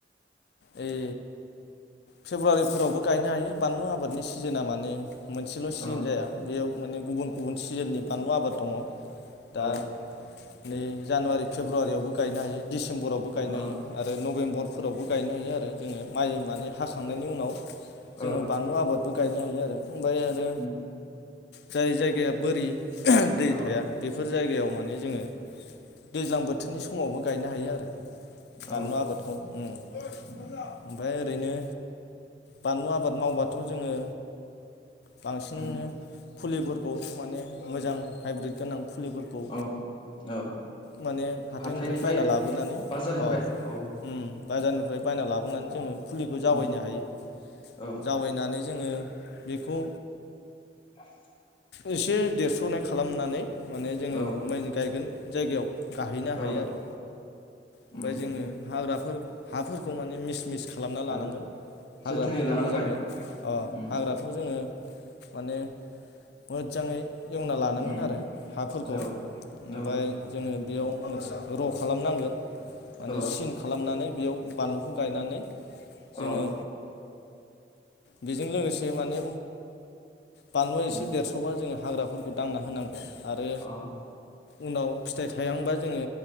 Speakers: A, on the left (about 60°); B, on the left (about 25°).
A: ओइ फेब्रुवारिफोरावबो गायनो हायो बानलु आबादनि सिजोना माने मोनसेल' सिजोन
B: औ
A: जाया बेयाव। माने गुबुन गुबुन सिजेननि बानलु आबाद दङ। दा
B: औ
A: नै जानुवारि फेब्रुआरि यावबो गायनो हायो। दिडिसिम्बरावबो गायनोहायो
B: औ
A: आरो नबेम्बर फोरावबो गायनो हायोआरो जोङो माइ माने हाखांनायनि उनाव। जोङो
B: औ
A: बानलु आबोद गायनो हायो आरो। ओमबाय आरो
B: उम
A: जाय जायगाया बोरि ओह दै
B: औ
A: थाया बेफोर जायगायाव माने जोङो दैज्लां बोथोरनि समावबो गायनो हायो आरो। बानलु
B: औ
A: आबादखौ उम ओम
B: उम
A: फाय ओरैनो बानलु आबाद मावबाथ जोङो बांसिन
B: उम
A: फुलिफोर खौ माने मोजां हायब्रिद गोनां। फुलिफोरखौ
B: औ औ
A: माने हाथायनिफ्राय
B: हाथाइनिफ्राय
A: बायना लाबोनानै
B: बाजारनिफ्राय
A: अह
B: औ
A: उम। बाजारनिफाय बायना लाबोनानै जोङो फुलिखौ जावायनो
B: उम
A: हायो
B: औ
A: जावायनानै जोङो बेखौ
B: <inaudible>
A: एसे देरस्रनाय खालामनानै माने जोङो
B: औ
A: मैयन गायगोन। जाइगायाव गाहैनो हायोआरो
B: औ
A: ओमफाय
B: उम
A: जोङो हाग्राफोर हाफोरखौ माने मिस मिस खालामना लानांगोन
B: औ
A: हाग्राफोरखौ
B: जोथोनै लानांबाय
A: मोजाङै अह
B: उम
A: हाग्राखौ जों जोङो माने मोदजाङै एवना लानांगोनआरो
B: उम
A: हाफोरखौ
B: औ
A: ओमफाय
B: औ
A: जोङो बेयाव मोनस र' खालामनांगोन। माने
B: औ
A: सिन खालामनानै। बेयाव बानलुखौ गायनानै जोङो
B: औ
A: बेजों लोगोसे माने बानलुआ एसे
B: उम
A: देरस'बा जोङा हाग्राफोरखौ दांना होनांगौ आरो
B: अ
A: उनाव फिथाइ थायांबा जोङो